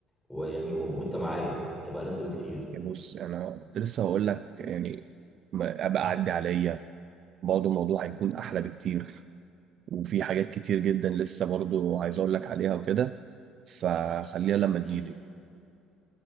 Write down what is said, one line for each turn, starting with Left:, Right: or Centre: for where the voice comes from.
Centre: ويعني و... وانت معايا هتبقى لذة بكتير
Right: يعني بص انا كنت لسه هقول لك يعني ما- ابقى عدي عليا برضه الموضوع هيكون احلى بكتير وفي حاجات كتير جدا لسه برضه عايز اقول لك عليها وكده فخليها لما تجيلي
Centre: مم.